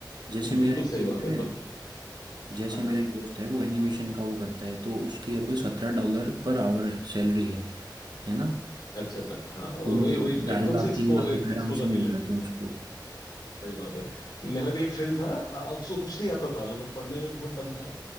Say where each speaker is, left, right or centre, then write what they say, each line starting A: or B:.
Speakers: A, on the right; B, on the left.
A: जैसे
B: बिल्कुल
A: मेरा एक
B: सही
A: दोस्त
B: बात है
A: है
B: तो
A: जैसे
B: हाँ हाँ
A: मेरा एक दोस्त है वो एनिमेशन का वो करता है तो उसकी अब सत्रह डॉलर पर आवर सैलरी है है ना
B: अच्छा अच्छा हाँ वो-
A: तो मतलब
B: वही वही
A: ढाई
B: एकदम
A: लाख
B: से एक्सपो,
A: तीन लाख
B: एक्सपोजर
A: रुपए आराम से मिल
B: मिल जाती
A: जाते
B: है
A: हैं उसको
B: सही बात है मेरा भी एक फ्रेंड था अ, उसको कुछ नहीं आता था मतलब पढ़ने में बहुत दम था